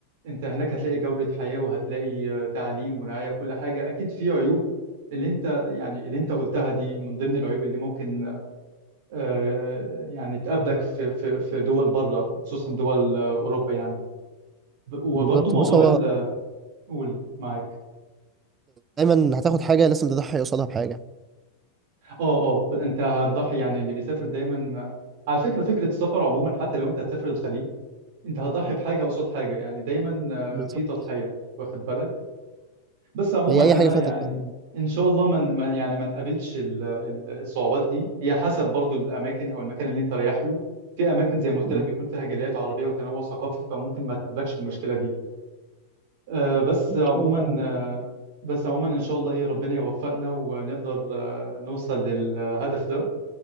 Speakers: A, on the right; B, on the right.
A: انت هناك هتلاقي جوده حياه وهتلاقي آه، تعليم ورعايه وكل حاجه اكيد في عيوب اللي انت يعني اللي انت قلتها دي من ضمن العيوب اللي ممكن آه، يعني تقابلك في في في دول بره خصوصا دول آه، اوروبا يعني ب- وبرضو
B: بالظبط
A: موضوع
B: بص هو
A: ال- قول معاك
B: دايما هتاخد حاجة لازم تضحي قصادها بحاجة
A: اه اه انت هتضحي يعني اللي بيسافر دايما على فكره فكره السفر عموما حتى لو انت هتسافر الخليج انت هتضحي بحاجه قصاد حاجه يعني دايما آه،
B: بالظبط
A: في تضحيه واخد بالك بس عموما
B: هي
A: انا
B: أي حاجة فيها
A: يعني
B: تضحية
A: ان شاء الله من ما- يعني ما نقابلش ال- ال- الصعوبات دي هي حسب برضو الاماكن او المكان اللي انت رايح له في اماكن زي ما قلت
B: مم.
A: لك بيكون فيها جاليات عربيه وتنوع ثقافي فممكن ما تقابلكش المشكله دي آه، بس
B: إن
A: عموما
B: شاء الله يعني
A: آه، بس عموما ان شاء الله ايه ربنا يوفقنا ونقدر آه، نوصل للهدف ده